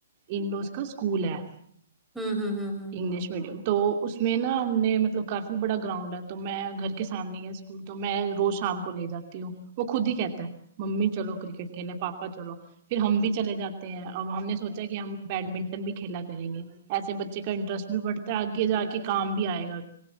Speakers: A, on the right; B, in the centre.
A: انڈوز کا اسکول ہے
B: ہمم ہمم ہمم ہمم
A: انگلش میڈیم تو اس میں نا ہم نے مطلب کافی بڑا گراؤنڈ ہے تو میں گھر کے سامنے ھی ہے اسکول تو میں روز شام کو لے جاتی ہوں وہ خود ہی کہتا ہے ممی چلو کرکٹ کھیلے پا پا چلو پھر ہم بھی چلے جاتے ہیں اور ہم نے سوچا کہ ہم بیڈمنٹن بھی کھیلا کریں گے ایسے بچے کا انٹرسٹ بھی بڑھتا ہے آگے جا کے کام بھی آئے گا